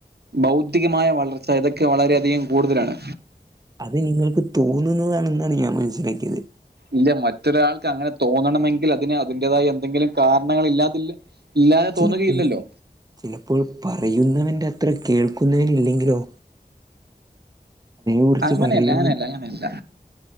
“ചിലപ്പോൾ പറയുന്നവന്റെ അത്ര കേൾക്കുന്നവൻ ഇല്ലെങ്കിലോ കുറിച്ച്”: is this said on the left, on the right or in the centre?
Right